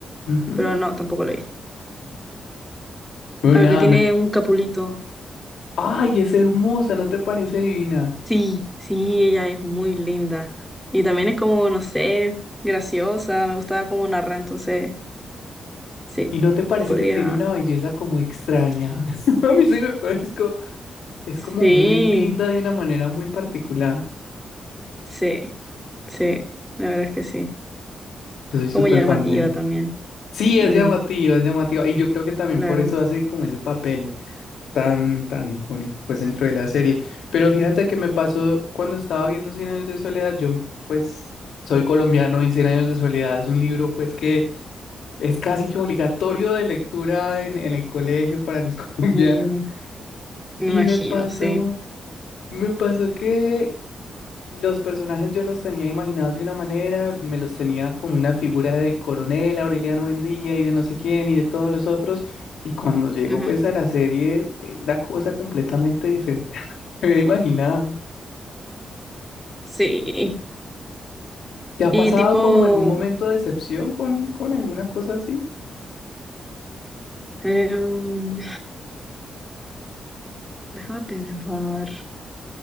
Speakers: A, on the left; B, in the centre.
A: Ujú.
B: pero no, tampoco lo he visto.
A: Bueno,
B: A
A: nada,
B: la que tiene
A: me...
B: un capulito.
A: ¡Ay, es hermosa! ¿No te parece divina?
B: Sí, sí, ella es muy linda. Y también es como, no sé, graciosa, me gustaba cómo narra, entonces, sí,
A: ¿Y no te parece
B: podría.
A: que tiene una belleza como extraña? <laughs> A mí sí me parece co- Es como
B: Sí,
A: muy linda de una manera muy particular.
B: sí, sí, la verdad es que sí.
A: Yo soy súper
B: Como llamativa
A: fan de ella.
B: también.
A: Sí,
B: Mm,
A: es llamativa, es llamativa. Y yo creo que también
B: claro,
A: por eso hace como ese papel tan, tan icónico, pues dentro de la serie. Pero fíjate que me pasó cuando estaba viendo Cien años de soledad. Yo, pues, soy colombiano y Cien años de soledad es un libro, pues, que es casi que obligatorio de lectura en, en el colegio para los <laughs> colombianos.
B: Mm, me
A: Y
B: imagino,
A: me pasó.
B: sí.
A: Me pasó que los personajes yo los tenía imaginados de una manera, me los tenía como una figura del coronel Aureliano Buendía y de no sé quién y de todos los otros, y cuando llego
B: Ujú.
A: pues a la serie, eh, una cosa completamente diferente <laughs> a lo que me había imaginado.
B: Sí,
A: ¿Te ha
B: y
A: pasado
B: tipo,
A: como algún momento de decepción con, con alguna cosa así?
B: em, déjame pensar,